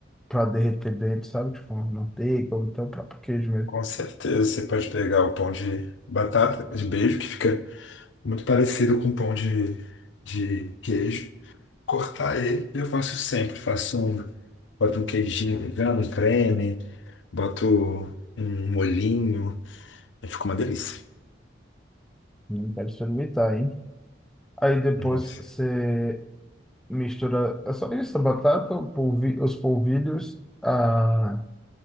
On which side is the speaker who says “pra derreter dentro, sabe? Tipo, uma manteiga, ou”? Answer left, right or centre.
Centre